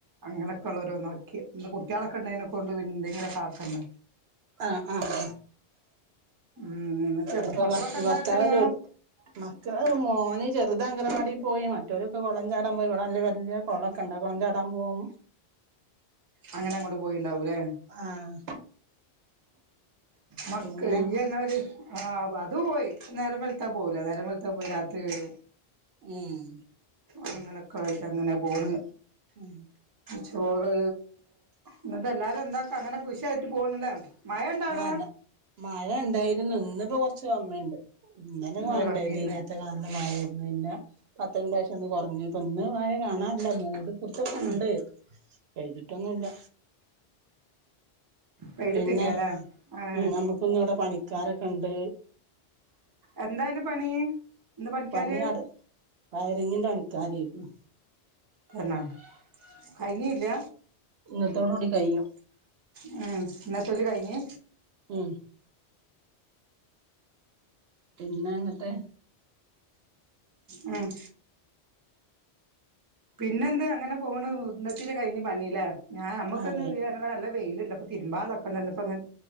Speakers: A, on the right; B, on the right.
A: അങ്ങനെയൊക്കെ ഉള്ളരോ നോക്കി ഇന്ന് കുട്ടികളൊക്കെ ഉണ്ടതിനെക്ക കൊണ്ട് പിന്തെങ്കിലും താക്കണ്ട
B: ആഹ് ആഹ് ആ
A: ഉം എന്നിട്ട്
B: അപ്പൊ
A: മക്കളൊക്കെ
B: അപ്പൊ
A: എന്താക്കണ്
B: ഭർത്താവ് ജോ മക്കളെ മോന ചെറുത ആഗനവാ ടി പോയി മറ്റവരൊക്കെ കുളം ചാടാൻ പോയി ഇവിടെ വല്യ വല്യ കുളൊക്കെ ഉണ്ട കുളം ചാടാൻ പോവും
A: അങ്ങനെ അങ്ങോട്ട് പോയിണ്ടാവൂല്ലേ.
B: ആഹ്
A: മക്ക
B: പിന്നെ
A: ഇയ്യ് പറേന്നമാരി ആഹ് അത് പോയി നേരം വെലുത്താ പോവുല നേരം വെലുത്താ പോയി രാത്രി വര
B: ഉം
A: അങ്ങനൊക്കൊയിട്ട് അങ്ങനെ പോണ്
B: ഉം
A: ചോറ് എന്നിട്ട് എല്ലാരും എന്താ അങ്ങനെ പുഷായിട്ട് പോണില്ലേ മഴ ഇണ്ട അവിടെ
B: ആഹല്ല മഴ ഉണ്ടായിരുന്നു ഇന്നിപ്പോ കൊറച്ച് കമ്മിണ്ട് ഇന്നലെ
A: ഇന്ന്
B: മഴണ്ടായിരുന്നു
A: കമ്മിയുണ്ട്
B: നീനേരത്തൊക്കെ നല്ല മായിരുന്നു പിന്നെ പത്തെണ്ടാവശ്യം ഒന്ന് കുറഞ്ഞു. ഇപ്പൊ ഇന്ന് മഴ കാണല്ല മൂട് കുറച്ചോക്ക
A: ആ
B: ഇണ്ട് പഴ്തിട്ടൊന്നും ഇല്ല
A: പെയ്തിട്ടില്ലല്ലേ
B: പിന്നെ
A: ആ
B: ഉം നമ്മുക്കൊന്ന ഇവിടെ പണിക്കാരൊക്കെ ഉണ്ട്
A: എന്താണ് പണി ഇന്ന് പണിക്കാര്
B: പണിയാട് വയറിങ്ങിന്റെ പണിക്കാരായിന്നു.
A: എന്നാ കഴിഞ്ഞ ഇല്ല
B: ഇന്നത്തോട് കൂടി കഴിയും.
A: ഉം ഇന്നത്തല് കഴിഞ്ഞ്
B: ഉം പിന്നെ ഇന്നത്തെ
A: ഉം പിന്നെ എന്ത് അങ്ങനെ പോണ് ഇന്നത്തില് കഴിഞ്ഞ് പണില്ലേ ഞാൻ നമ്മുക്കൊന്ന്
B: അതെ
A: ഇയ്യ് പറഞ്ഞ പോലെ നല്ല വെയിലുണ്ട്. തിരുമ്പളൊക്കണ്ടപ്പ ഇങ്ങ